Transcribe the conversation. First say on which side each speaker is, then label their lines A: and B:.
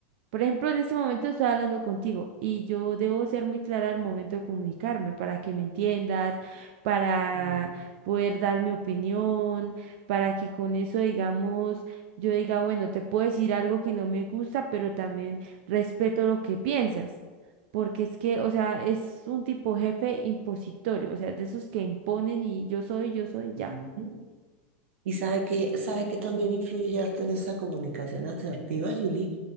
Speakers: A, on the right; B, on the right.
A: Por ejemplo, en este momento estoy hablando contigo y yo debo ser muy clara al momento de comunicarme para que me entiendas, para
B: <laughs>
A: poder dar mi opinión para que con eso, digamos, yo diga, bueno, te puedo decir algo que no me gusta, pero también respeto lo que piensas. Porque es que, o sea, es un tipo jefe impositorio, o sea, de esos que imponen y yo soy, yo soy, ya.
B: Ujú. Y sabe que, sabe que también influye harto en esa comunicación asertiva, Julie.